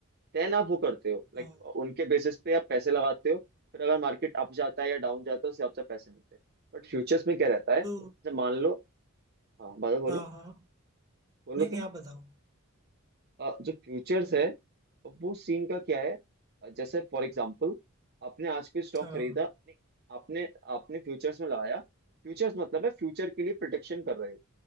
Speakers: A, on the right; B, on the right.
A: देन आप वो करते हो लाइक
B: हाँ
A: उनके बेसिस पे आप पैसे लगाते हो फिर अगर मार्केट अप जाता है या डाउन जाता है उससे आपसे पैसे मिलते हैं बट फ्यूचर्स में क्या रहता है
B: तो
A: जैसे मान लो हाँ बादल बोलो
B: हाँ हाँ
A: बोलो
B: नहीं नहीं
A: तुम
B: आप बताओ
A: अ, जो फ्यूचर्स है वो सीन का क्या है अ, जैसे फॉर एग्जाम्पल आपने आज कोई स्टॉक
B: हाँ
A: खरीदा नहीं आपने आपने फ्यूचर्स में लगाया फ्यूचर्स मतलब है फ्यूचर के लिए प्रोटेक्शन कर रहे हो